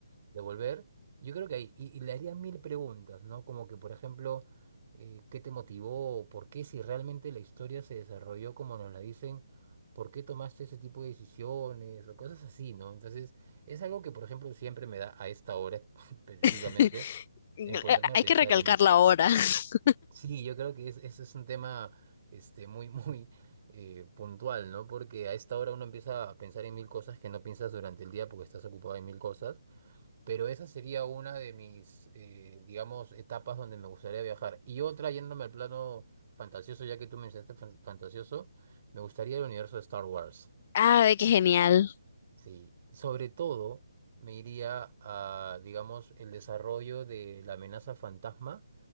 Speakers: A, on the right (about 35°); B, on the left (about 35°).
A: devolver yo creo que ahí, y, y le haría mil preguntas, ¿no? Como que, por ejemplo, eh, ¿qué te motivó? ¿Por qué si realmente la historia se desarrolló como nos la dicen? ¿Por qué tomaste ese tipo de decisiones? O cosas así, ¿no? Entonces, es algo que, por ejemplo, siempre me da a esta hora <laughs> específicamente
B: <laughs>
A: en ponerme
B: Hay
A: a pensar
B: que recalcarlo
A: en eso.
B: ahora. <laughs>
A: Sí, yo creo que es, eso es un tema este, muy, <laughs> muy eh, puntual, ¿no? Porque a esta hora uno empieza a pensar en mil cosas que no piensas durante el día porque estás ocupado en mil cosas. Pero esa sería una de mis, eh, digamos, etapas donde me gustaría viajar. Y otra, yéndome al plano fantasioso, ya que tú mencionaste fan- fantasioso, me gustaría el universo de Star Wars.
B: Ah, ve qué genial.
A: Sí, sobre todo me iría a, digamos, el desarrollo de la amenaza fantasma.